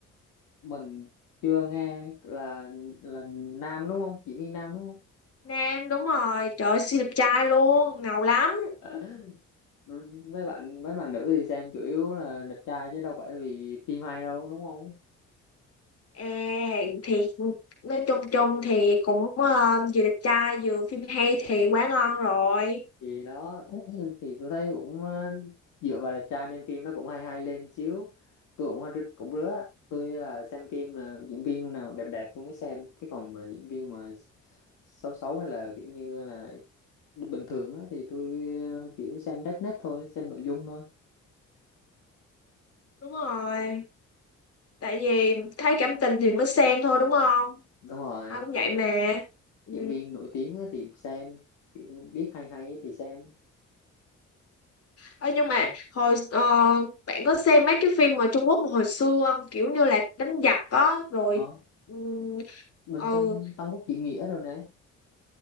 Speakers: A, on the left; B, on the left.
A: mình chưa nghe là là nam đúng không? Diễn viên nam đúng không?
B: Nam đúng rồi, trời ơi, siêu đẹp trai luôn, ngầu lắm.
A: <laughs> Mấy bạn mấy bạn nữ thì xem chủ yếu là đẹp trai chứ đâu phải vì phim hay đâu đúng không?
B: À, thì nói chung chung thì cũng ờ, vừa đẹp trai vừa phim hay thì quá ngon rồi.
A: thì đó <clears throat> thì tôi thấy cũng ờ, dựa vào đẹp trai nên phim nó cũng hay hay lên xíu tôi cũng cũng rứa tôi là xem phim là diễn viên nào đẹp đẹp tôi mới xem chứ còn mà diễn viên mà xấu xấu hay là kiểu như là bình thường á thì tôi ờ, kiểu xem đất nét thôi xem nội dung thôi
B: Đúng rồi, tại vì thấy cảm tình thì mới xem thôi đúng không?
A: đúng rồi
B: Ai cũng vậy mà. Ừ.
A: diễn viên nổi tiếng á thì xem kiểu biết hay hay thì xem
B: Ơ, nhưng mà hồi ờ, bạn có xem mấy cái phim ở Trung Quốc mà hồi xưa không? Kiểu như là đánh giặc á rồi
A: Ờ,
B: ừ,
A: mình
B: ừ,
A: xem Tam Quốc Diễn Nghĩa rồi nè